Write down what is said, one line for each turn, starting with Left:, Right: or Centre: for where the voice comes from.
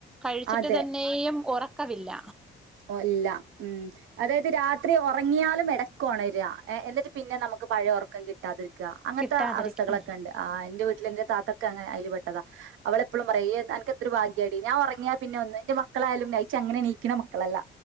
Centre: കഴിച്ചിട്ട്
Right: അത്
Centre: തന്നെയുംഉറ ക്കവില്ല
Right: ഒല്ല ഉം അതായത് രാത് ത്രി ഉറങ്ങിയാലും ഇടക്ക് ഉണര എന്നിട്ട് പിന്നെ നമുക്ക് പഴയ ഉറക്കം കിട് ട്ടാതിരിക്ക അങ്ങൻത്തെ
Centre: കിട്ടാതിരിക്കും
Right: അവസ്ഥകളൊക്കെണ്ട് ആഹ് എന്റെ വീട്ടിൽ ൻ്റെ താത്തൊക്കെ അങ്ങനെ അതിൽ പെട്ടതാ അവളെപ്പോഴും പറയും ഇയ് അനക്ക് എത്ര ഭാഗ്യാടി ഞാൻ ഉറങ്ങിയാ പിന്ന ഒന്ന് എന്റെ മക്കളായാലും നയിറ്റ് അങ്ങനെ എണീക്കണ മക് ക്കളല്ല